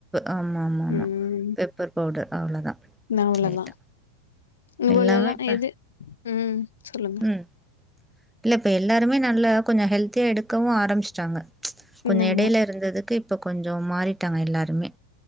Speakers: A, in the centre; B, on the left (about 65°).
A: ஆமா ஆமா ஆமா
B: ம்
A: பெப்பர் பவுடர் அவ்ளோதா
B: அவ்ளோதா
A: லைட்டா
B: இவ்ளோல்லா
A: எல்லாமே இப்ப
B: எது ம் சொல்லுங்
A: ம் இல்ல இப்ப எல்லாருமே நல்லா கொஞ்ச ஹெல்தியா எடுக்கவு ஆரம்ச்டாங்க கொஞ்சோ
B: ம் ஆமா
A: எடைல இருந்ததுக்கு இப்ப கொஞ்சோ மாறிட்டாங்க எல்லாருமே